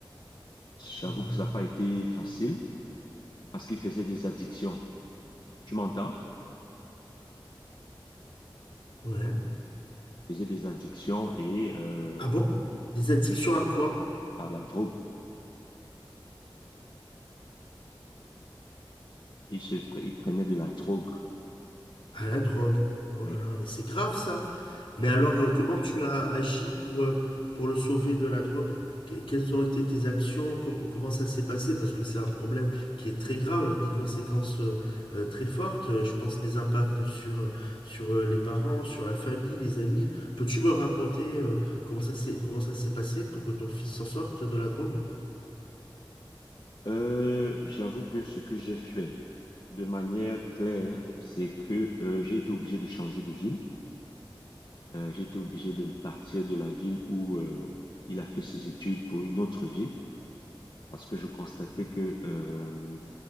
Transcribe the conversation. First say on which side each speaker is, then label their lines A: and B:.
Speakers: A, on the left; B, on the left.
A: J'avoue
B: Mhm.
A: que ça n'a pas été facile parce qu'il faisait des addictions. Tu m'entends?
B: Ouais.
A: Il faisait des addictions et euh,
B: Ah bon? Les addictions
A: oui,
B: à quoi?
A: à la drogue. Il se, pr- il prenait de la drogue.
B: À la drogue. Oh
A: Oui.
B: là là, mais c'est grave ça. Mais alors, euh, comment tu as agi pour, euh, pour le sauver de la drogue? Que- Quelles ont été tes actions? Com- comment ça s'est passé? Parce que c'est un problème qui est très grave, avec des conséquences euh, euh, très fortes. Euh, Je pense des impacts sur, euh, sur euh, les parents, sur la famille, les amis. Peux-tu me raconter euh, comment ça s'est, comment ça s'est passé pour que ton fils s'en sorte de la drogue?
A: Euh, j'avoue que ce que j'ai fait de manière claire, c'est que euh, j'ai été obligé de changer de ville. Euh, j'ai été obligé de partir de la ville où euh, il a fait ses études pour une autre ville parce que je constatais que euh,